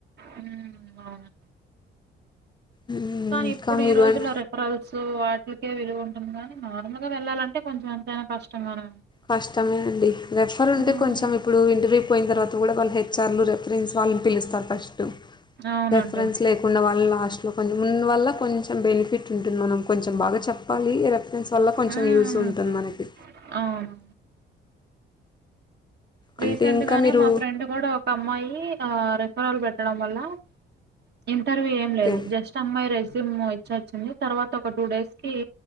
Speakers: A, on the right; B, on the left.
A: హ్మ్. అవును.
B: మ్మ్
A: కానీ
B: ఇంకా
A: ఇప్పుడు
B: మీరు
A: ఈ రోజుల్లో
B: అన్
A: రిఫరల్స్ వాటికే విలువ ఉన్ ఉంది గానీ నార్మల్ గా వెళ్లాలంటే కొంచెం ఎంతైనా కష్ టం మనా
B: కష్టమే అండి రెఫర్ ఉంటే
A: హ్మ్.
B: కొంచెం ఇప్పుడు ఇంటర్వ్యూ పోయిన తర్వాత కూడా వాళ్ళ హెఆర్లు రెఫరెన్స్ వాళ్ళని పిలుస్తారు ఫస్ట్
A: అవునండి.
B: రెఫరెన్స్ లేకుండా వా లాస్ట్లో కొంచెం ముందు వల్ల కొంచెం బెనిఫిట్ ఉంటుంది. మనం కొంచెం బాగా చెప్పాలి రెఫరెన్స్ వల్ల కొంచెం
A: హ్మ్.
B: యూజ్ ఉంటుంది మనకి.
A: అవును. రీసెంట్
B: అంటే ఇంకా
A: గానే
B: మీరు
A: మా ఫ్రెండ్ కూడా ఒక అమ్మాయి ఆ రె ఫరాల్ పెట్టడం వల్ల ఇం ఇంటర్వ్యూ ఏం
B: ఓకే
A: లేదు, జస్ట్ అమ్మాయి రెస్యూమ్ ఇచ్చచ్ చింది తర్వాత ఒక టూ డేస్ కి